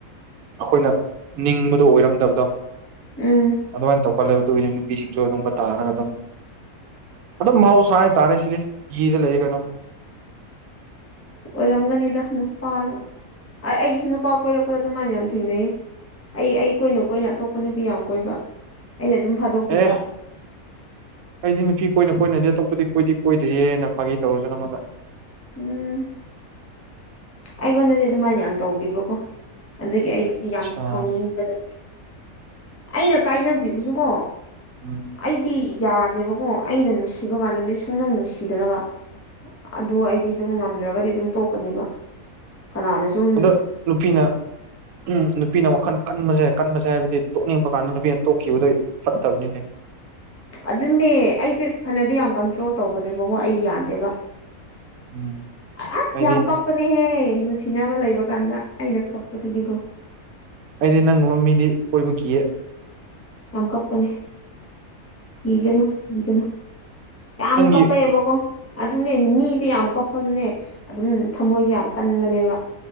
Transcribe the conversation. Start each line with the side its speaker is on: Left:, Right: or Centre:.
Right: ꯑꯈꯣꯏꯅ ꯅꯤꯡꯕꯗꯣ ꯑꯣꯏꯔꯝꯗꯕꯗꯣ
Left: ꯎꯝ
Right: ꯑꯗꯨꯃꯥꯏꯅ ꯇꯧ ꯈꯣꯠꯂꯦꯕ ꯗꯨꯒꯤꯅꯤ ꯅꯨꯄꯤꯁꯤꯡꯁꯨ ꯑꯗꯨꯝꯕ ꯇꯥꯔꯒ ꯑꯗꯨꯝ ꯑꯗꯨꯝ ꯃꯍꯧꯁꯥ ꯍꯥꯏ ꯇꯥꯔꯦ ꯁꯤꯗꯤ ꯀꯤꯔ ꯂꯩꯒꯅꯣ
Left: ꯑꯣꯏꯔꯝꯒꯅꯤꯗ ꯅꯨꯄꯥꯖꯨ ꯑꯩ ꯑꯩꯒꯤꯁꯨ ꯅꯨꯄꯥ ꯀꯣꯏꯔꯛꯄ ꯍꯣꯏ ꯑꯗꯨꯃꯥꯏꯅ ꯌꯥꯝ ꯊꯦꯡꯅꯩꯌꯦ ꯑꯩ ꯑꯩ ꯀꯣꯏꯅ ꯀꯣꯏꯅ ꯑꯇꯣꯞꯄ ꯅꯨꯄꯤ ꯌꯥꯝ ꯀꯣꯏꯕ ꯑꯩꯅ ꯑꯗꯨꯝ ꯐꯥꯗꯣꯛꯄꯤꯕ
Right: ꯑꯦ ꯑꯩꯗꯤ ꯅꯨꯄꯤ ꯀꯣꯏꯅ ꯀꯣꯏꯅꯗꯤ ꯑꯇꯣꯞꯄꯗꯤ ꯀꯣꯏꯗꯤ ꯀꯣꯏꯗꯤꯌꯦꯅ ꯐꯥꯒꯤ ꯇꯧꯔ ꯅꯪꯉꯣꯟꯗ
Left: ꯎꯝ ꯑꯩꯉꯣꯟꯗꯗꯤ ꯑꯗꯨꯃꯥꯏꯅ ꯌꯥꯝ ꯇꯧꯕꯤꯕꯀꯣ ꯑꯗꯨꯒꯤ ꯑꯩꯗꯤ
Right: ꯑꯆꯥ
Left: ꯌꯥꯝ ꯁꯥꯎꯅꯤꯡꯕꯗ ꯑꯩꯅ ꯀꯥꯏꯅꯕꯤꯕꯁꯨ ꯀꯣ
Right: ꯎꯝ
Left: ꯑꯩꯗꯤ ꯌꯥꯗꯦꯕꯀꯣ ꯑꯩꯅ ꯅꯨꯡꯁꯤꯕ ꯀꯥꯟꯗꯗꯤ ꯁꯨꯡꯅꯨꯡ ꯅꯨꯡꯁꯤꯗ꯭ꯔꯒ ꯑꯗꯨ ꯑꯩꯗꯤ ꯑꯗꯨꯝ ꯉꯝꯗ꯭ꯔꯒꯗꯤ ꯑꯗꯨꯝ ꯇꯣꯛꯀꯅꯤꯕ ꯀꯅꯥꯅ ꯁꯨꯝ
Right: ꯑꯗꯣ ꯅꯨꯄꯤꯅ ꯎꯝ ꯅꯨꯄꯤꯅ ꯋꯥꯈꯜ ꯀꯟꯕꯁꯦ ꯀꯟꯕꯁꯦ ꯍꯥꯏꯕꯗꯤ ꯇꯣꯛꯅꯤꯡꯕ ꯀꯥꯟꯗ ꯅꯨꯄꯤꯅ ꯇꯣꯛꯈꯤꯕꯗꯣ ꯐꯠꯇꯕꯅꯤꯅꯦ
Left: ꯑꯗꯨꯅꯦ ꯑꯩꯁꯦ ꯐꯅꯗꯤ ꯌꯥꯝ ꯀꯟꯇ꯭ꯔꯣꯜ ꯇꯧꯕꯅꯦꯕꯀꯣ ꯑꯩ ꯌꯥꯗꯦꯕ
Right: ꯎꯝ
Left: ꯑꯁ
Right: ꯑꯩꯗꯤ
Left: ꯌꯥꯝ ꯀꯞꯄꯅꯦ ꯍꯦ ꯅꯨꯡꯁꯤꯅꯕ ꯂꯩꯕ ꯀꯥꯟꯗ ꯑꯩꯅ ꯀꯛꯄꯗꯨꯗꯤꯀꯣ
Right: ꯑꯩꯗꯤ ꯅꯪꯒꯨꯝꯕ ꯃꯤꯗꯤ ꯀꯣꯏꯕ ꯀꯤꯌꯦ
Left: ꯌꯥꯝ ꯀꯞꯄꯅꯦ ꯀꯤꯒꯅꯣ ꯀꯤꯒꯅꯣ ꯌꯥꯝ
Right: ꯅꯪꯒꯤ
Left: ꯀꯞꯄꯛꯑꯦꯕꯀꯣ ꯑꯗꯨ ꯃꯤꯁꯦ ꯌꯥꯝ ꯀꯞꯄꯥꯁꯨꯅꯦ ꯑꯗꯨꯝ ꯊꯃꯣꯏꯁꯦ ꯌꯥꯝ ꯀꯟꯕꯅꯦꯕ